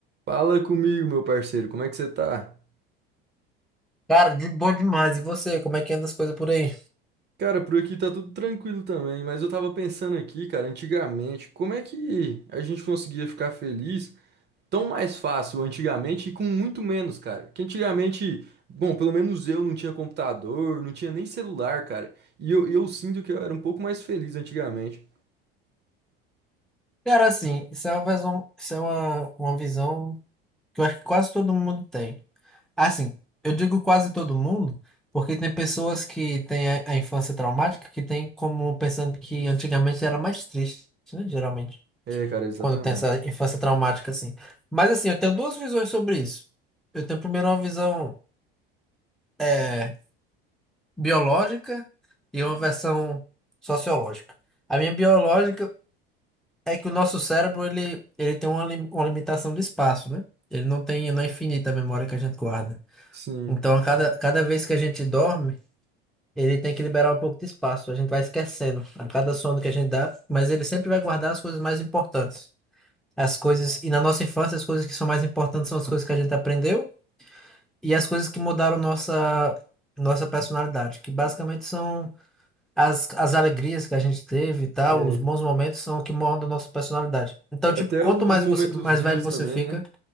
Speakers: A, on the right; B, in the centre.
A: Fala comigo, meu parceiro, como é que você tá?
B: Cara, de boa demais. E você, como é que anda as coisas por aí?
A: Cara, por aqui tá tudo tranquilo também, mas eu tava pensando aqui, cara, antigamente, como é que a gente conseguia ficar feliz tão mais fácil antigamente e com muito menos, cara? Que antigamente, bom, pelo menos eu não tinha computador, não tinha nem celular, cara, e eu, eu sinto que eu era um pouco mais feliz antigamente.
B: Cara, assim, isso é uma visão, isso é uma, uma visão que eu acho que quase todo mundo tem. Assim, eu digo quase todo mundo, porque tem pessoas que têm a, a infância traumática que tem como pensando que antigamente era mais triste, né? Geralmente,
A: É, cara, exatamente.
B: quando tem essa infância traumática, assim. Mas assim, eu tenho duas visões sobre isso. Eu tenho primeiro uma visão é, biológica e uma versão sociológica. A minha biológica. é que o nosso cérebro ele, ele tem uma, lim- uma limitação de espaço, né? Ele não tem, não é infinita a memória que a gente guarda.
A: Sim,
B: Então, a cada, cada vez que a gente dorme, ele tem que liberar um pouco de espaço. A gente vai esquecendo a cada sono que a gente dá, mas ele sempre vai guardar as coisas mais importantes. As coisas, e na nossa infância, as coisas que são mais importantes são as coisas que a gente aprendeu e as coisas que mudaram nossa, nossa personalidade, que basicamente são as, as alegrias que a gente teve e tal,
A: é.
B: os bons momentos são o que moldam a nossa personalidade. Então,
A: É
B: tipo,
A: Até
B: quanto
A: os
B: mais
A: momentos
B: você, mais
A: ruins
B: velho você
A: também,
B: fica,
A: né?